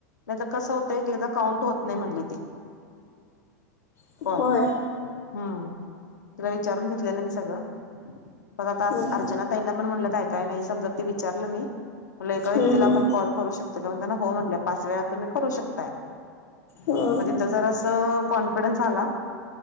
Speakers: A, on the left (about 80°); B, on the left (about 50°).
A: नाही कसं होत एक एकदा काउंट होत. नाही म्हटली ती
B: होय
A: बल <unintelligible> हम्म, तुला विचारून घेतलेलं मी सगळं. आता
B: होय होय
A: अर्चना ताईंना पण म्हणलं काय काय नाही समजत ते विचारलं मी म्हणल एका व्यक्तीला
B: हम्म
A: आपण कॉल. करू शकत कण त्यां हो म्हंटलं पाच वेळा तुम्ही करू शकताय.
B: हा.
A: जरा अस कॉन्फिडन्स आला